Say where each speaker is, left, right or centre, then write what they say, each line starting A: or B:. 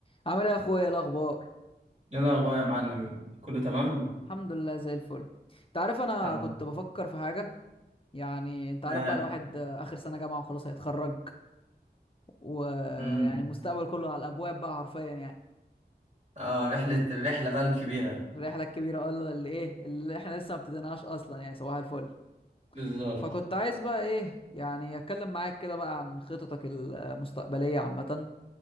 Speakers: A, on the left; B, on the right.
A: عامل ايه يا اخويا إيه الاخبار
B: ايه الاخبار يا معلم كله تمام
A: الحمد لله زي الفل انت عارف انا
B: عم-
A: كنت بفكر في حاجه يعني انت عارف
B: اه
A: بقى الواحد آه، اخر سنه جامعه وخلاص هيتخرج ويعني
B: امم
A: المستقبل كله على الابواب بقى حرفيا يعني
B: اه رحله الرحله بقى الكبيره
A: الرحله الكبيره ولا اللي ايه اللي احنا لسه ما ابتديناهاش اصلا يعني صباح الفل
B: بالظبط
A: فكنت عايز بقى ايه يعني اتكلم معاك كده بقى عن خططك المستقبليه عامه